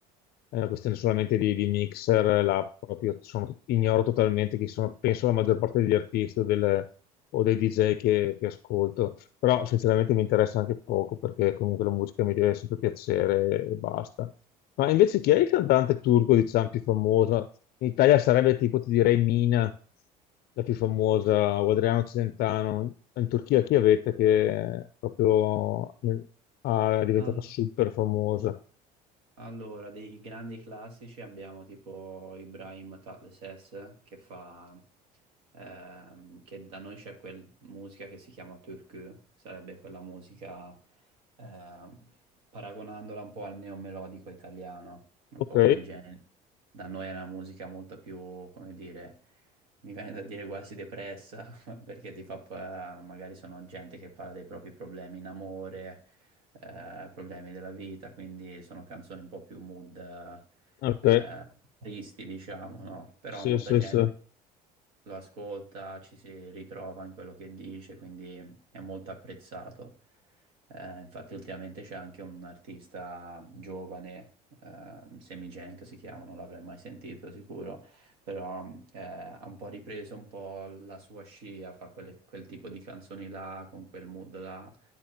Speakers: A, on the left; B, on the right.
A: è una questione solamente di, di mixer, là proprio sono- ignoro totalmente chi sono, penso la maggior parte degli artisti o, del- o dei DJ che, che ascolto, però sinceramente mi interessa anche poco perché comunque la musica mi deve sempre piacere e basta. Ma invece chi è
B: Eh,
A: il cantante turco, diciamo, più famoso? In Italia sarebbe tipo, ti direi, Mina, la più famosa, o Adriano Celentano. In Turchia chi avete che è proprio eh, ah, è diventata
B: Ah.
A: super famosa?
B: Allora, dei grandi classici abbiamo tipo Ibrahim Tatlıses che fa, ehm, che da noi c'è quella musica che si chiama türkü, sarebbe quella musica ehm, paragonandola un po' al neomelodico italiano, un
A: Ok.
B: po' quel genere. Da noi è una musica molto più, come dire, mi viene da dire quasi depressa, <laughs> perché ti fa, pa- magari sono gente che parla dei propri problemi in amore, eh, problemi della vita, quindi sono canzoni un po' più mood,
A: Ok,
B: eh, tristi, diciamo, no? Però
A: sì,
B: molta
A: sì,
B: gente
A: sì.
B: lo ascolta, ci si ritrova in quello che dice, quindi è molto apprezzato. Eh, infatti ultimamente c'è anche un artista giovane, ehm, Semi Jenk si chiama, non l'avrei mai sentito sicuro, però eh, ha un po' ripreso un po' la sua scia, fa quelle- quel tipo di canzoni là, con quel mood là